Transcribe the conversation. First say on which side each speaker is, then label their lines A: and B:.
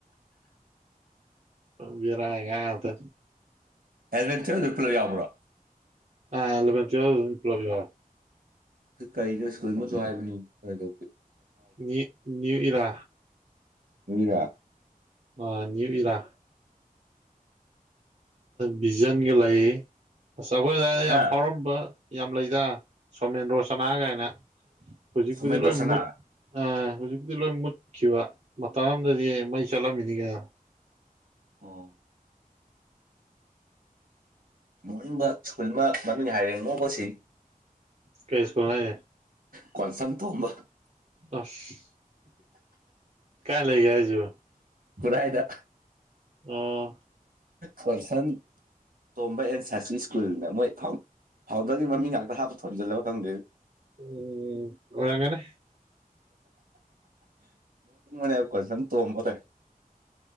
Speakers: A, on the right; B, on the right.
A: ꯕꯤꯔꯥꯑ ꯀꯇ
B: ꯑꯦꯠꯚꯦꯟꯆꯔ ꯑꯗꯨ ꯄꯨꯂꯞ ꯌꯥꯎꯕ꯭ꯔꯥ
A: ꯑꯇ ꯄ꯭ꯂꯕꯤ
B: ꯀꯔꯤ ꯀꯔꯤ ꯁ꯭ꯀꯨꯜ ꯃꯆꯨ ꯍꯥꯏꯕꯅꯤ ꯀꯗꯧꯒꯦ
A: ꯅꯅꯤꯌꯨ ꯏꯔꯥ
B: ꯃꯤꯔꯥ
A: ꯑ ꯏꯔꯥ ꯕꯤꯖꯟꯒ ꯂꯥꯏꯌꯦ ꯑ ꯑꯩꯈꯣꯏ ꯑꯗꯨꯋꯥꯏꯗ
B: ꯍꯥ
A: ꯌꯥꯝ ꯐꯥꯎꯔꯝꯕ ꯌꯥꯝ ꯂꯩꯗ ꯁꯣꯃꯦꯟꯗ꯭ꯔꯣ ꯁꯅꯥ ꯀꯥꯏꯅ ꯄꯨꯖꯤꯛ
B: ꯁꯣꯃꯦꯟ
A: ꯄꯨꯖꯤ ꯂꯣ
B: ꯔꯣꯁꯅꯥ
A: ꯃꯨꯠ ꯑ ꯍꯧꯖꯤꯛꯇꯤ ꯂꯣꯏ ꯃꯨꯠꯈꯤꯕ ꯃꯇ ꯑ ꯑꯃꯗꯗꯤ ꯃꯩ ꯆꯠꯂꯝꯃꯤꯅꯤꯉ
B: ꯑꯣ ꯅꯣꯡꯅꯤꯡꯕ ꯁ꯭ꯀꯨꯜ ꯑꯃ ꯃꯃꯤꯡ ꯍꯥꯏꯔꯦ ꯅꯣꯡ ꯀꯣꯁꯤ
A: ꯀꯩ ꯏꯁꯀꯨꯅꯦ
B: ꯀꯣꯟꯁꯪ ꯇꯣꯝꯕ
A: ꯑꯁ ꯀꯌꯥ ꯂꯩꯒ‌‌ꯦ ꯍꯥꯏꯁꯤꯕꯣ
B: ꯈꯨꯔꯥꯏꯗꯑꯥ
A: ꯑꯣꯝ
B: ꯁꯣꯟꯁꯟ ꯇꯣꯝꯕ ꯑꯦꯟ ꯁꯥꯁꯤ ꯁ꯭ꯀꯨꯜꯅ ꯃꯣꯏ ꯐꯥꯎꯟꯗꯔꯒꯤ ꯃꯃꯤꯡ ꯉꯥꯛꯇ ꯍꯥꯞꯄ ꯊꯣꯟꯖꯜꯂꯒ ꯈꯪꯗꯦ
A: ꯎꯝ ꯑꯣꯔꯝꯒꯅꯦ
B: <unintelligible> ꯀ‌ꯣꯟꯁꯝ ꯇꯣꯡꯝꯕ ꯇ